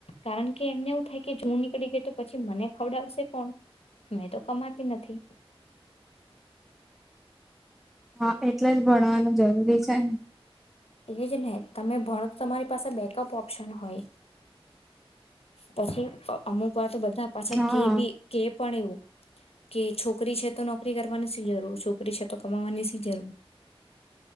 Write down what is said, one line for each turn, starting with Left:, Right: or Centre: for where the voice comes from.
Left: કારણ કે એમને એવું થાય કે જો નીકળી ગઈ તો પછી મને ખવડાવશે કોણ? મેં તો કમાતી નથી.
Centre: હા એટલે જ ભણવાનું જરૂરી હમ.
Left: એ જ ને તમે ભણો તો તમારી પાસે બેકઅપ ઓપ્શન હોય પછી અમુક વાર તો બધ ધા પાછા
Centre: હા
Left: કે બી કે પણ એવું કે છોકરી છે તો નોકરી કરવાની શી જરૂર છોકરી છે તો કમાવાની શી જરૂર